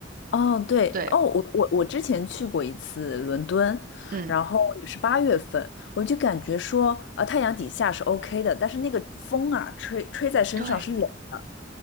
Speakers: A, on the left; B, on the right.
A: 哦，对，
B: 对，
A: 哦，我我我之前去过一次伦敦，
B: 嗯，
A: 然后也是八月份，我就感觉说，呃，太阳底下是 OK 的，但是那个风啊，吹吹在身上是冷的。
B: 对。